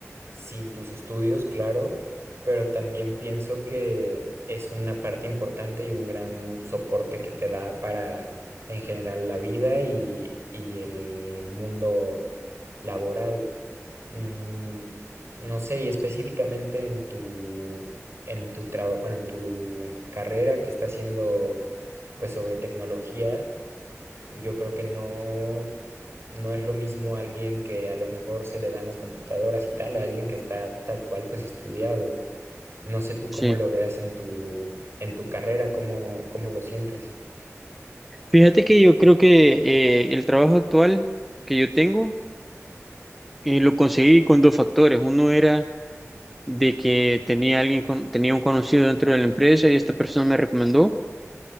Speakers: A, on the right (about 55°); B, in the centre.
A: sin tus estudios, claro, pero también pienso que es una parte importante y un gran soporte que te da para, en general, la vida y, y el mundo laboral. Mm, no sé, y específicamente en tu, en tu trabajo, bueno, en tu carrera que está haciendo, pues, sobre tecnología yo creo que no, no es lo mismo alguien que a lo mejor se le dan las computadoras y tal, a alguien que está tal cual pues estudiado. No sé tú cómo
B: Sí,
A: lo veas en tu, en tu carrera, cómo, cómo lo sientes.
B: fíjate que yo creo que eh, el trabajo actual que yo tengo eh, lo conseguí con dos factores. Uno era de que tenía alguien con- tenía un conocido dentro de la empresa y esta persona me recomendó.